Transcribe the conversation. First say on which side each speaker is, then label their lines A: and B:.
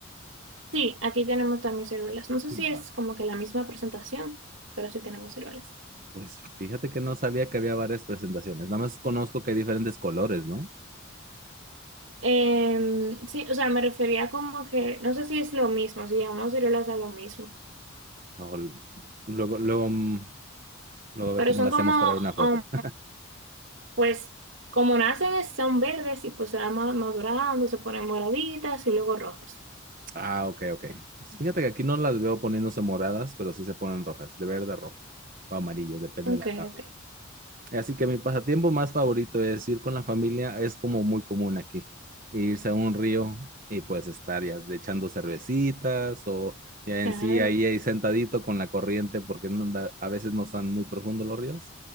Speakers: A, on the right; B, on the right.
A: Sí, aquí tenemos también ciruelas. No sé si es
B: Baba.
A: como que la misma presentación, pero sí tenemos ciruelas.
B: Pues fíjate que no sabía que había varias presentaciones. Nada más conozco que hay diferentes colores, ¿no?
A: Em, sí, o sea, me refería como que, no sé si es lo mismo, si llamamos ciruelas a lo mismo,
B: O l- Luego, luego, mm, luego a ver
A: pero
B: cómo
A: son
B: la hacemos
A: como,
B: para ver una foto.
A: um,
B: <laughs>
A: pues, como nacen es- son verdes y pues se van ma- madurando, se ponen moraditas y luego rojas.
B: Ah, ok, ok. Pues Fíjate que aquí no las veo poniéndose moradas, pero sí se ponen rojas, de verde a rojo o amarillo, depende
A: Ok,
B: de la la
A: ok,
B: Así que mi pasatiempo más favorito es ir con la familia, es como muy común aquí, irse a un río y pues estar ya de echando cervecitas o ya en
A: claro,
B: sí ahí, ahí sentadito con la corriente porque no da- a veces no están muy profundos los ríos.